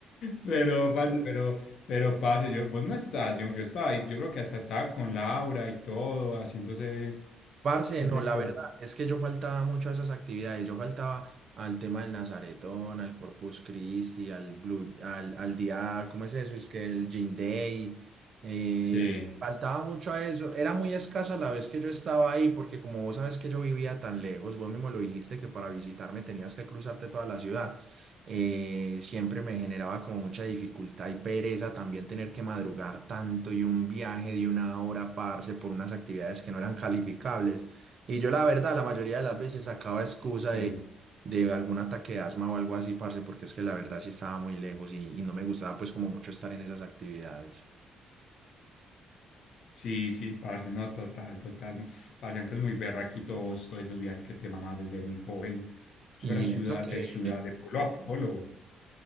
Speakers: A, on the left; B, on the right.
A: Pero, parce, pero, pero, parce, yo, vos no estás, yo, yo estaba ahí, yo creo que hasta estaba con Laura y todo, haciéndose
B: Parce,
A: ese
B: no, la
A: cosa.
B: verdad es que yo faltaba mucho a esas actividades. Yo faltaba al tema del Nazaretón, al Corpus Christi, al Blue, al, al día, ¿cómo es eso? Es que el Jean Day. eh,
A: Sí,
B: faltaba mucho a eso. Era muy escasa la vez que yo estaba ahí, porque como vos sabes que yo vivía tan lejos, vos mismo lo dijiste que para visitarme tenías que cruzarte toda la ciudad eh, siempre me generaba como mucha dificultad y pereza también tener que madrugar tanto y un viaje de una hora, parce, por unas actividades que no eran calificables. Y yo la verdad, la mayoría de las veces sacaba excusa
A: sí,
B: de, de algún ataque de asma o algo así, parce, porque es que la verdad sí estaba muy lejos y, y no me gustaba pues como mucho estar en esas actividades.
A: sí, sí, parce, no, total, total. no. Parce, antes muy berraquito vos, todos esos viajes que te mamás desde muy joven. Eso
B: Y
A: era ciudad,
B: eso que,
A: de ciudad, de pueblo a pueblo.